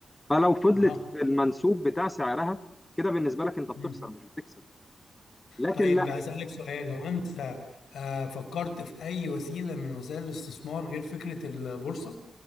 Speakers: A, on the left; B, on the left.
A: فلو فضلت
B: اها
A: في المنسوب بتاع سعرها كده بالنسبه لك انت بتخسر
B: مم.
A: مش بتكسب لكن
B: طيب
A: لا
B: هسألك سؤال هو انت آه، فكرت في اي وسيلة من وسائل الاستثمار غير فكرة البورصة